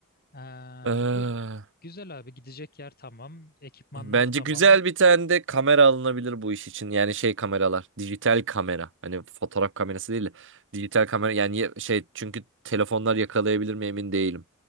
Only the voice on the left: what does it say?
Ee,
gü- güzel abi gidecek yer tamam. Ekipmanlar
tamam.